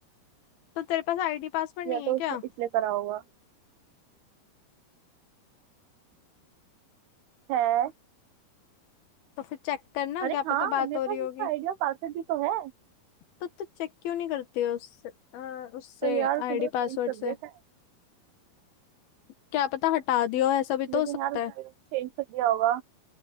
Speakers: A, on the left; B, on the right.
A: तो तेरे पास आईडी पासवर्ड
B: या
A: नहीं है
B: तो उसने
A: क्या
B: इसलिए करा होगा है
A: तो फिर चेक करना
B: अरे
A: क्या
B: हाँ
A: पता बात
B: मेरे
A: हो रही
B: पास
A: होगी
B: उसका आइडिया पासवर्ड भी तो है
A: तो तू चेक क्यों नहीं करती है उससे अ, उससे
B: पर यार उसने
A: आईडी
B: तो चेंज
A: पासवर्ड
B: कर
A: से
B: दिया शायद
A: क्या पता हटा दियो ऐसा भी तो
B: लेकिन
A: हो सकता
B: यार उसने
A: है
B: मेरे को चेंज कर दिया होगा